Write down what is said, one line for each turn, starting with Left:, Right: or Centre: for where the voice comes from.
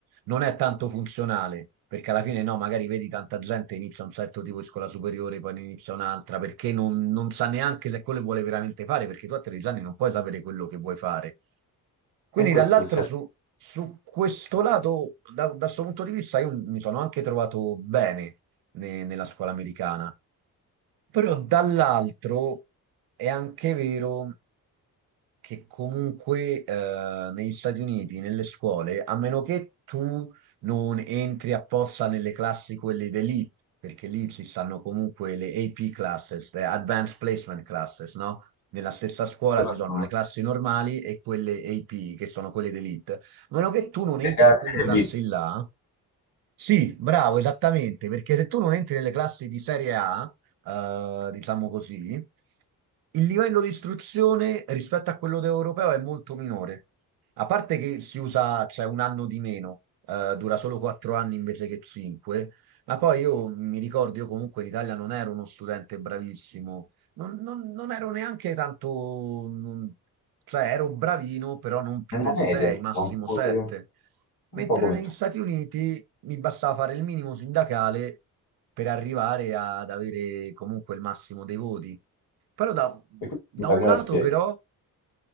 Right: non è tanto funzionale. Perché alla fine no, magari vedi tanta gente inizia un certo tipo di scuola superiore, poi ne inizia un'altra, perché non, non sa neanche se quello che vuole veramente fare, perché tu a 13 anni non puoi sapere quello che vuoi fare. Quindi
Left: E questo
Right: dall'altro
Left: cioè,
Right: su, su questo lato, da, da questo punto di vista, io mi sono anche trovato bene ne- nella scuola americana, però dall'altro è anche vero che comunque eh, negli Stati Uniti, nelle scuole, a meno che tu non entri apposta nelle classi quelle d'elite, perché lì ci stanno comunque le AP classes, le Advanced Placement classes, no? Nella stessa scuola
Left: Serie
Right: ci sono le classi normali e quelle AP, che sono quelle d'elite. A meno che tu non entri
Left: A,
Right: in quelle
Left: Serie
Right: classi
Left: B,
Right: là, sì, bravo, esattamente, perché se tu non entri nelle classi di serie A, eh, diciamo così, il livello di istruzione rispetto a quello europeo è molto minore. A parte che si usa, c'è un anno di meno, eh, dura solo quattro anni invece che cinque, ma poi io mi ricordo, io comunque in Italia non ero uno studente bravissimo, non, non- non ero neanche tanto, non- cioè ero bravino, però non più
Left: nella
Right: del
Left: media,
Right: 6,
Left: insomma,
Right: massimo
Left: un po',
Right: 7.
Left: come
Right: Mentre
Left: un po' come
Right: negli
Left: tu.
Right: Stati Uniti mi bastava fare il minimo sindacale per arrivare ad avere comunque il massimo dei voti. Però da,
Left: E quindi
Right: da
Left: come la
Right: un
Left: come
Right: lato
Left: la spieghi?
Right: però